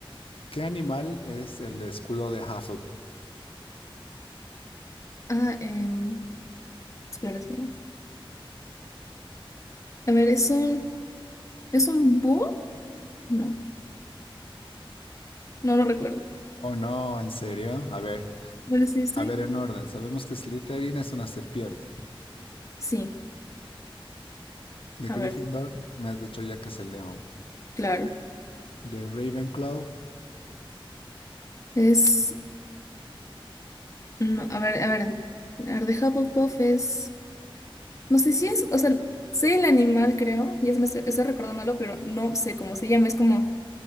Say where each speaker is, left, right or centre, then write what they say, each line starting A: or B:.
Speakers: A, on the left; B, on the left.
A: ¿qué animal es el escudo de Hufflepuff?
B: Ah, em, espera, espera. A ver, ¿es un, es un búho? No, no lo recuerdo.
A: Oh, no, ¿en serio? A ver,
B: Bueno, sí, estoy-
A: a ver en orden. Sabemos que Slytherin es una serpiente.
B: Sí,
A: De
B: a
A: Gryffindor,
B: ver,
A: me has dicho ya que es el león.
B: claro.
A: De Ravenclaw,
B: Es No, a ver, a ver, a ver, de Hufflepuff es, no sé si es, o sea, sé el animal, creo, y es, me estoy, estoy recordándolo, pero no sé cómo se llama, es como,